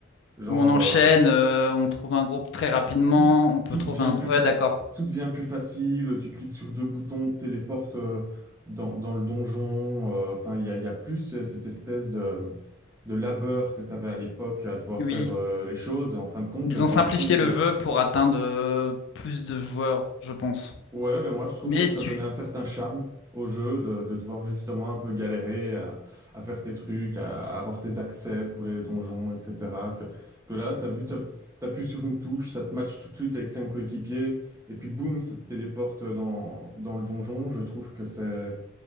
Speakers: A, on the right; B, on the left.
A: Genre...
B: Où on enchaîne,
A: euh,
B: euh, on trouve un groupe très rapidement,
A: tout,
B: on peut
A: tout
B: trouver
A: devient
B: un...
A: plus
B: Ouais,
A: fa-
B: d'accord.
A: tout devient plus facile, tu cliques sur deux boutons, te téléportes euh, dans, dans le donjon. euh, Enfin, il y a, il y a plus ce- cette espèce de, de labeur que tu avais à l'époque à devoir
B: Oui,
A: faire euh, les choses. Et en fin de compte,
B: ils
A: ben moi,
B: ont simplifié
A: je trouve que
B: le jeu pour atteindre euh, plus de joueurs, je pense.
A: Ouais, mais moi je trouve
B: Mais
A: que ça
B: tu...
A: donnait un certain charme au jeu de, de devoir justement un peu galérer à, à faire tes trucs, à, à avoir tes accès pour les donjons, etc. Que, que là, t'as vu, t'as- t'appuies sur une touche, ça te match tout de suite avec cinq coéquipiers, et puis boum, ça te téléporte dans, dans le donjon. Je trouve que c'est,